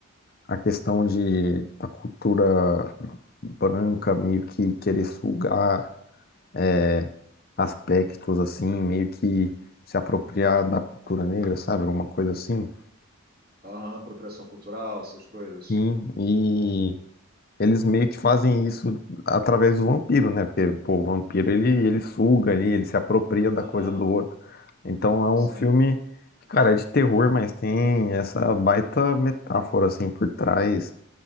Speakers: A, on the left (about 45°); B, on the right (about 45°).
A: a questão de a cultura branca meio que querer sugar é, aspectos assim, meio que se apropriar da cultura negra, sabe? Alguma coisa assim.
B: Aham, apropriação cultural, essas coisas.
A: Sim, e eles meio que fazem isso através do vampiro, né? Porque, pô, o vampiro ele, ele suga ali, ele se apropria da
B: Aham,
A: coisa do outro. Então é
B: sim.
A: um filme que, cara, é de terror, mas tem essa baita metáfora assim por trás.